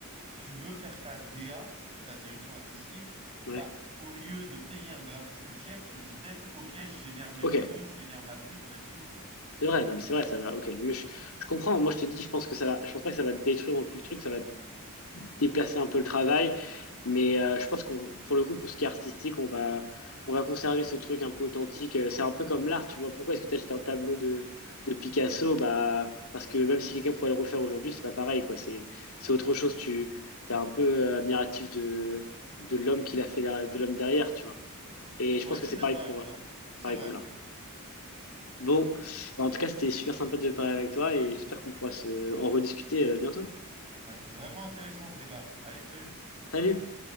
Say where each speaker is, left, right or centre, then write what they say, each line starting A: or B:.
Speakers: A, on the right; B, on the left.
A: tu veux faire ta DA, ta direction artistique,
B: Ouais.
A: bah, au lieu de payer un graphiste cher, tu te dis peut-être, ok, je génère mes
B: Ok.
A: logos, je génère ma pub là-dessus, quoi.
B: C'est vrai, non, mais c'est vrai, ça va. Ok, non, mais je, je comprends. Moi, je te dis, je pense que ça va. Je pense pas que ça va détruire non plus le truc, ça va déplacer un peu le travail. Mais euh, je pense qu'on, pour le coup, pour ce qui est artistique, on va, on va conserver ce truc un peu authentique. Euh, C'est un peu comme l'art, tu vois. Pourquoi est-ce que tu jeté un tableau de, de Picasso? Bah, parce que même si quelqu'un pourrait le refaire aujourd'hui, c'est pas pareil, quoi. C'est, c'est autre chose. Tu, t'es un peu euh, admiratif de, de l'homme qui l'a fait, derrière- de l'homme derrière, tu vois. Et je
A: Ouais,
B: pense
A: je
B: que
A: suis
B: c'est
A: d'accord
B: pareil pour,
A: avec toi. C'est
B: pareil
A: vrai.
B: pour l'art. Bon, bah, en tout cas, c'était super sympa de parler avec toi et j'espère qu'on pourra se en rediscuter euh, bientôt.
A: Ouais, vraiment intéressant ce débat. Allez, salut!
B: Salut!